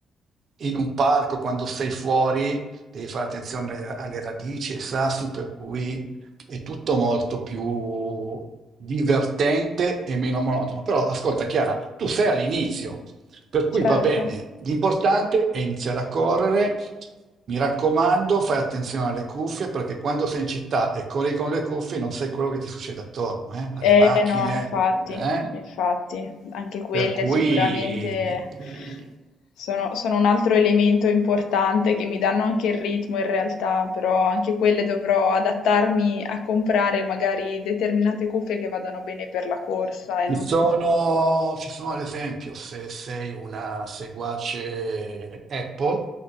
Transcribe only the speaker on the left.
certo.
Eh
no, infatti,
infatti, anche quelle
sicuramente sono sono un altro elemento importante che mi danno anche il ritmo in realtà, però anche quelle dovrò adattarmi a comprare magari determinate cuffie che vadano bene per la corsa e
non
sempli